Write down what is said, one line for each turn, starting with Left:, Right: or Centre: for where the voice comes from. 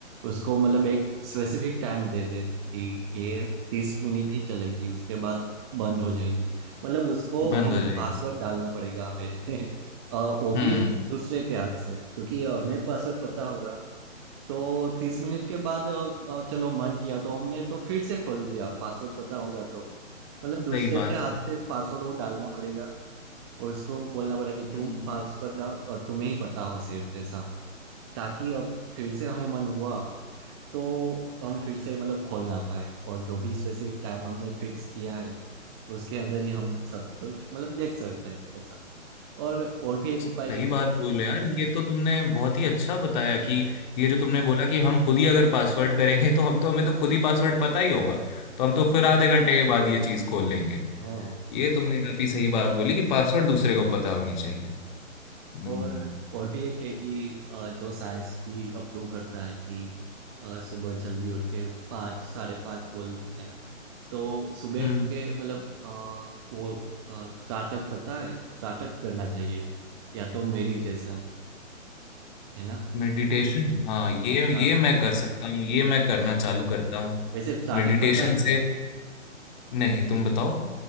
Right: उसको मतलब एक स्पेसिफिक टाइम दे दे कि ये तीस मिनट ही चलेगी उसके बाद बंद हो जाएगी मतलब उसको
Left: बंद
Right: हम
Left: हो जाएगी
Right: पासवर्ड डालना पड़ेगा हमें <laughs> आ, वो
Left: हम्म
Right: भी दूसरे के हाथ से क्योंकि आ, हमें पासवर्ड पता होगा तो तीस मिनट के बाद आ, आ, चलो मन किया तो हमने तो फिर से खोल लिया पासवर्ड पता होगा तो मतलब दूसरे
Left: सही बात
Right: के हाथ
Left: है
Right: से पासवर्ड वो डालना पड़ेगा और उसको बोलना पड़ा कि तुम
Left: हम्म
Right: पल्स पर डालो और तुम्हें ही पता हो सिर्फ ऐसा ताकि अब फिर से हमें मन हुआ तो हम फिर से मतलब खोल ना पाए और जो भी स्पेसिफिक टाइम हमने फिक्स किया है उसके अंदर ही हम सब कुछ मतलब देख सकते हैं ऐसा और और भी एक
Left: सही
Right: उपाय है कि
Left: बात बोले यार ये तो तुमने बहुत ही अच्छा बताया
Right: हाँ
Left: कि ये जो तुमने बोला कि हम खुद ही अगर पासवर्ड करेंगे तो हम तो हमें तो खुद ही पासवर्ड पता ही होगा
Right: हाँ
Left: तो हम तो फिर आधे घंटे के बाद ये चीज़ खोल लेंगे
Right: <laughs>
Left: ये तुमने काफी सही बात बोली कि पासवर्ड दूसरे को पता होनी चाहिए
Right: हाँ
Left: हम्म
Right: और और भी एक है कि अ, जो साइंस भी अप्रूव करता है कि अ, सुबह जल्दी उठ के पाँच साढ़े पाँच बोल लो है ना तो सुबह
Left: हम्म
Right: उठ के मतलब अ, वो अ, त्राटक पता है त्राटक करना चाहिए या तो मेडिटेशन है ना
Left: मेडिटेशन
Right: कि
Left: हाँ ये
Right: हाँ
Left: ये
Right: मेडिटेशन
Left: मैं कर सकता हूँ ये मैं करना चालू करता हूँ
Right: वैसे त्राटक
Left: मेडिटेशन
Right: पता है तुम्हें
Left: से नहीं तुम बताओ